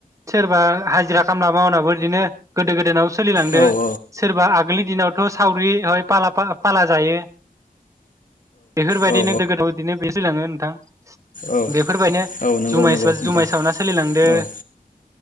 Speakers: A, on the right; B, on the left.
A: सोरबा हा जिरा खालामना मावनाबो बिदिनो गोदो गोदायनाव सोलिलांदों
B: औ औ
A: सोरबा आगोलनि दिनावथ' सावरि फाला जायो बेफोरबायदिनो
B: औ
A: गोदो बिदिनो बे सोलिलाङो। थां
B: औ
A: बेफोरबायनो
B: औ नंगौ
A: जुमाय
B: नंगौ नोंथां
A: जुमाय सावना सोलिलांदो
B: औ